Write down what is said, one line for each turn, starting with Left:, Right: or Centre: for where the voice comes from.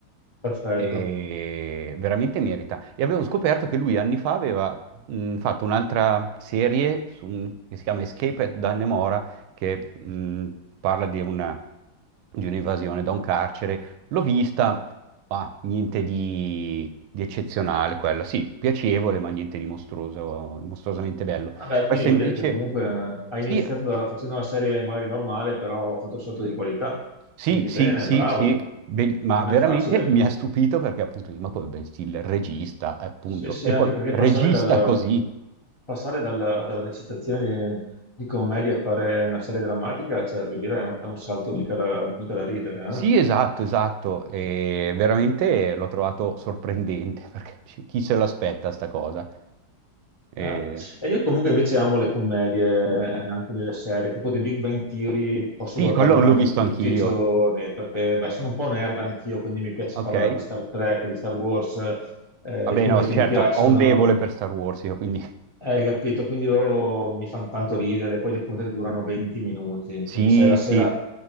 Left: perfetto.
Right: e veramente merita. E avevo scoperto che lui anni fa aveva mh, fatto un'altra serie su un- che si chiama Escape at Dannemora, che mh, parla di una, di un'evasione da un carcere. L'ho vista, ma niente di, di eccezionale quella. Sì, piacevole, ma niente di mostruoso, mostruosamente bello.
Left: Vabbè, quindi
Right: Questa
Left: vuol
Right: invece,
Left: dire che comunque eh, ha
Right: sì,
Left: iniziato da- facendo una serie magari normale, però ha fatto un salto di qualità.
Right: Sì,
Left: Quindi
Right: sì,
Left: bene,
Right: sì,
Left: bravo.
Right: sì, Be- ma
Left: Non
Right: veramente
Left: è facile.
Right: mi ha stupito perché appunto, dici, ma come Ben Stiller, regista, appunto,
Left: Sì, sì,
Right: e
Left: anche
Right: poi
Left: perché
Right: regista
Left: passare, dal-
Right: così.
Left: passare dalla dalla recitazione di, di commedia a fare una serie drammatica, cioè, voglio dire, è un, è un salto mica da, mica da ridere, eh?
Right: Sì, esatto, esatto, e veramente l'ho trovato sorprendente <laughs> perché ci- chi se l'aspetta sta cosa? E-
Left: Eh, e io comunque invece amo le commedie, anche delle serie, tipo The Big Bang Theory, posso
Right: Sì,
Left: guardarmela
Right: quello l'ho
Left: anche
Right: visto
Left: tutti
Right: anch'io.
Left: i giorni, perché beh, sono un po' nerd anch'io, quindi mi piace
Right: Ok,
Left: parlare di Star Trek, di Star Wars, eh,
Right: vabbè,
Left: i fumetti
Right: no, certo,
Left: mi piacciono,
Right: ho un debole per Star Wars, io quindi
Left: hai capito? Quindi loro mi fanno tanto ridere, poi le puntate durano 20 minuti,
Right: sì,
Left: quindi sai, la sera
Right: sì,